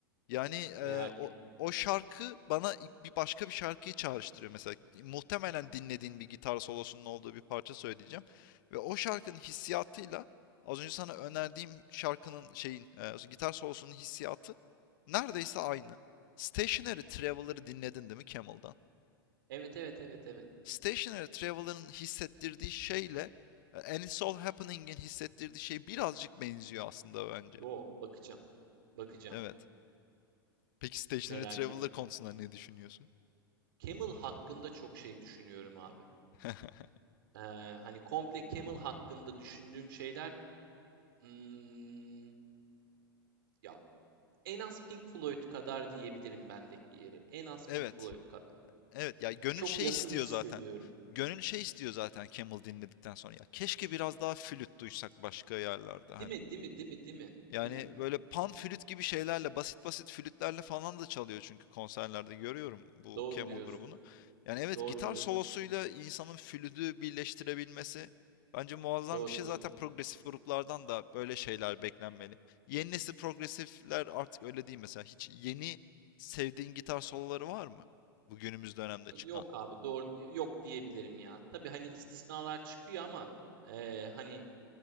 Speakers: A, on the left; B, on the right.
A: Yani, eee,
B: merak
A: o
B: et.
A: o şarkı bana ilk bir başka bir şarkıyı çağrıştırıyor mesela. Muhtemelen dinlediğin bir gitar solosunun olduğu bir parça söyleyeceğim ve o şarkının hissiyatıyla az önce sana önerdiğim şarkının şeyin, eee, gitar solosunun hissiyatı neredeyse aynı. Stationary
B: Hmm,
A: Traveler'ı
B: Ne?
A: dinledin değil mi Camel'dan?
B: Evet evet evet evet.
A: Stationary Traveler'ın hissettirdiği şeyle, eee, And It's All Happening'in hissettirdiği şey birazcık benziyor aslında bence.
B: Wow, bakacağım, bakacağım.
A: Evet. Peki Stationary
B: Merak
A: Traveler
B: et.
A: konusunda ne düşünüyorsun?
B: Camel hakkında çok şey düşünüyorum abi.
A: <laughs>
B: Eee, hani komple Camel hakkında düşündüğüm şeyler hmm, ya en az Pink Floyd kadar diyebilirim bendeki yeri. En az
A: Evet.
B: Pink Floyd kadar.
A: Evet ya gönül
B: Çok
A: şey
B: yakın
A: istiyor
B: hissediyorum.
A: zaten. Gönül şey istiyor zaten Camel dinledikten sonra. Ya keşke biraz daha flüt duysak başka yerlerde
B: Değil
A: hani.
B: mi? Değil mi? Değil mi? Değil mi?
A: Yani
B: Değil mi?
A: böyle pan flüt gibi şeylerle, basit basit flütlerle falan da çalıyor çünkü konserlerde görüyorum bu
B: Doğru
A: Camel
B: diyorsun.
A: grubunu. Yani evet
B: Doğru
A: gitar
B: diyorsun.
A: solosuyla insanın flütü birleştirebilmesi bence muazzam
B: Doğru
A: bir şey.
B: diyorsun.
A: Zaten progresif gruplardan da böyle şeyler beklenmeli. Yeni nesil progresifler artık öyle değil mesela. Hiç yeni sevdiğin gitar soloları var mı? Bu günümüz dönemde
B: E,
A: çıkan.
B: Yok abi doğru yok diyebilirim ya. Tabii hani istisnalar çıkıyor ama eee, hani